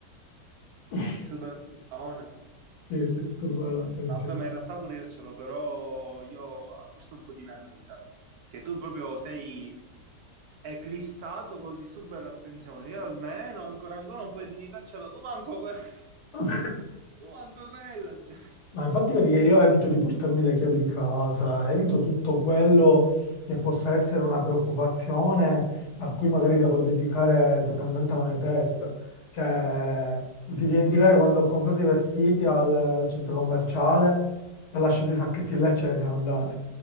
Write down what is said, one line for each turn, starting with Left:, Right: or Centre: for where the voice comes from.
Left: <laughs>
Right: disturba la
Left: sì, il disturbo dell'attenzione.
Right: Vabbè, ma in realtà pure io ce l'ho, però io forse un po' di meno di te. Che tu proprio sei eclissato col disturbo dell'attenzione. Io almeno ancora ancora un po' di dignità ce l'ho. Tu manco, que- <laughs>
Left: <laughs>
Right: tu manco quella. cioè.
Left: Ma infatti vedi che io evito di portarmi le chiavi di casa, evito tutto quello che possa essere una preoccupazione a cui magari devo dedicare totalmente la mia testa. Cioè, non ti dimenticare quando ho comprato i vestiti al, al centro commerciale, ho lasciato i sacchetti là e ce ne siamo andati.